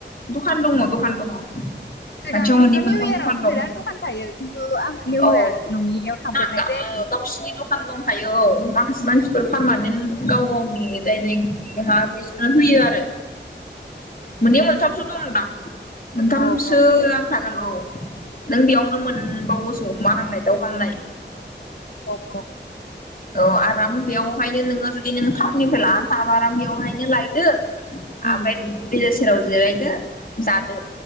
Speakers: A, on the left; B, on the left.
A: दखान दङ दखान दङ।
B: सिगाङावथ'
A: खाथियाव मोननै मोनथाम
B: निउ इयारावथ'
A: दखान दं
B: बिराद दखान थायो। खिन्थु आङो निउ
A: औ
B: इयार नङियाव थांफेरनाय
A: ना गा
B: जायाखै।
A: गावसिनि दखान दं। थायो औ माखासे मानसिफोर पारमानेन्ट गाव गावनि जायनाखि मा बिसोरनो होयो आरो मोननै मोनथामसो दंदां। मोनथामसो
B: औ औ
A: जान थागोन औ नों बेयाव नो मोनबावोस' अमा हांनाय दाउ हांनाय
B: औ औ।
A: औ आराम बेयावहायनो नोङो जुदि नो टाउननिफ्राय लानानै थाङाबा आराम बेयावहायनो लायदो।
B: उम
A: आमफाय बेलो सेराव जिरायदो जादो